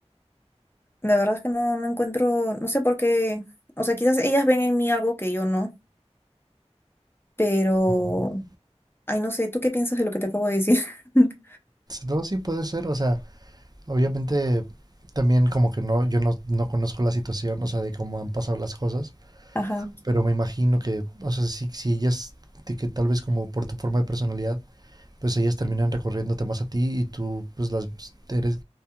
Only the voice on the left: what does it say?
La verdad es que no, no encuentro, no sé por qué, o sea, quizás ellas ven en mí algo que yo no, pero,
ay, no sé, ¿tú qué piensas de lo que te acabo de decir? <laughs>
Ajá.